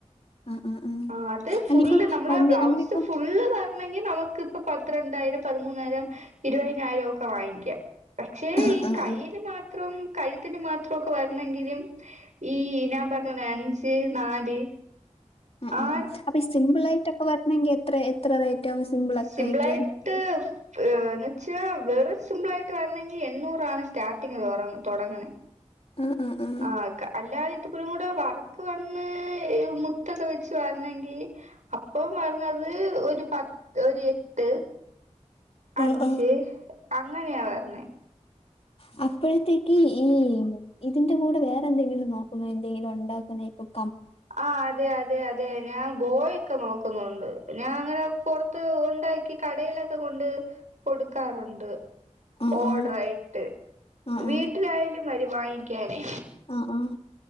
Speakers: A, on the left; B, on the right.
A: ആഹ് ആഹ് ആഹ്
B: ആ അത് ഫുള്ള്
A: അല്ലിപ്പം
B: നമ്മളൾ
A: വലിയ
B: ബ്ലൗസ്
A: നമ്മളിപ്പം
B: ഫുള്ള് വരണെങ്കിൽ നമുക്ക് ഇപ്പ പത്തി രണ്ടായിരം പതിമൂന്നായിരം ഇരുപാ നായിരംഒക്കെ വാങ്ങിക്കാം. പക്ഷേ
A: ആഹ്
B: ഈ
A: ആഹ്
B: കയ്യില്
A: ആഹ്
B: മാത്രം കഴി ത്തിന് മാത്രമൊക്കെ വരണമെങ്കിലും ഈ ഞാൻ പറഞ്ഞെ അഞ്ച് നാല്
A: ഉം
B: ആ
A: ഉം ഉം അപ്പൊ ഈ സിമ്പിളാ യിട്ടൊക്കെ വരണെങ്കിൽ എത്ര എത്ര റേറ്റ് ആവും സിമ്പിൾ ഒക്കെ
B: സിപിളായിട്ട്
A: ആയിട്ട് വരണെങ്കി
B: എന്ന് വെച്ച് വെറു സിമ്പിൾ ആയിട്ട് വരണെങ്കിൽ എണൂറാണ്. സ്റ്റാർട്ടിങ് തുട തുടങ്ങനെ?
A: ആഹ് ആഹ് ആഹ്
B: ആ അല്ല മപ്പരും കൂടെ വർക്ക് വന്ന് മുത്തൊക്കെ വെച്ച് വരണെങ്കി അപ്പൊ വന്നത് ഒരു പത്ത ഒരു എട്ട് അഞ്ച്
A: ആഹ് ആഹ്
B: അങ്ങനെയാവരണേ.
A: അ ഇപ്പോഴത്തേക്ക് ഈ ഇതിന്റെ കൂടെ വേറെ എന്തെിലും നോക്കുന്നോ? എന്തെങ്കിലും ഉണ്ടാക്കുന്ന ഇപ്പം?
B: ആ അതെ അതെ അതെ. ഞാൻ ബോയൊക്കെ നോക്കുന്നുണ്ട്. ഞാൻ അങ്ങനെ പുറത്ത് ഒ ആക്കി കടയിലൊക്കെ കൊണ്ട് കൊടുക്കാറുണ്ട്.
A: ആഹ്
B: ഓർഡറായിട്ട്
A: ആഹ് ആഹ്
B: വീട്ടിയാലും വരു വാങ്ങിക്കാനേ.
A: ആഹ് ആഹ്